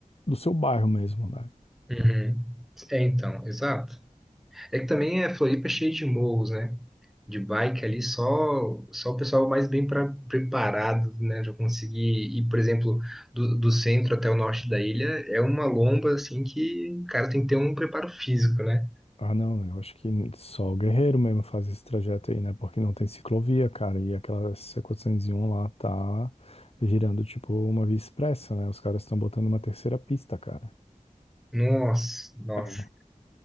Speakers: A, on the left (about 45°); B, in the centre.
A: do seu bairro mesmo, né?
B: Uhum. É, então, exato. É que também a Floripa é cheia de morros, né? De bike ali, só, só o pessoal mais bem pra, preparado, né? Já conseguir ir, por exemplo, do, do centro até o norte da ilha, é uma lomba, assim, que o cara tem que ter um preparo físico, né?
A: Ah, não, eu acho que só o Guerreiro mesmo faz esse trajeto aí, né? Porque não tem ciclovia, cara, e aquela C401 lá tá girando tipo uma via expressa, né? Os caras estão botando uma terceira pista, cara.
B: Nossa, nossa.
A: É.